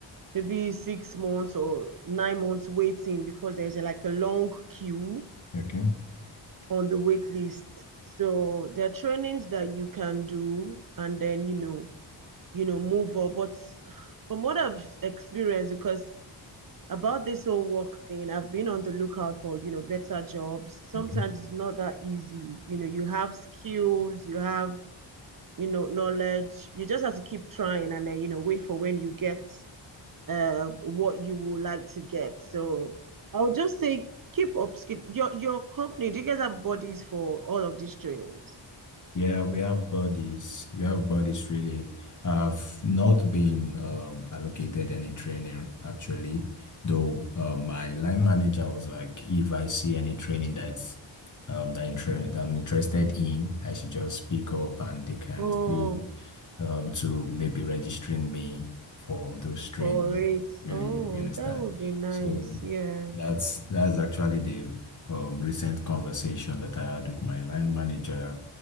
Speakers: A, on the right (about 45°); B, on the left (about 40°).
A: maybe six months or nine months waiting because there's a, like a long queue
B: okay,
A: on the wait list. So there are trainings that you can do, and then, you know, you know, move up. But from what I've experienced, because about this whole work thing, I've been on the lookout for, you know, better jobs. Sometimes
B: okay.
A: it's not that easy. You know, you have skills, you have, you know, knowledge. You just have to keep trying and then, you know, wait for when you get uh, what you would like to get. So I would just say keep up skill. Your your company, do you guys have bodies for all of these trainings?
B: Yeah, we have bodies. We have bodies really. I've not been um allocated any trainer actually, though uh, my line manager was like, if I see any training that's um that, inter that I'm interested in, I should just pick up and they can
A: Oh,
B: see um, to maybe registering me for those training,
A: for it.
B: really,
A: Oh,
B: you understand?
A: that would be nice.
B: So
A: Yeah.
B: that's that's actually the um, recent conversation that I had with my line manager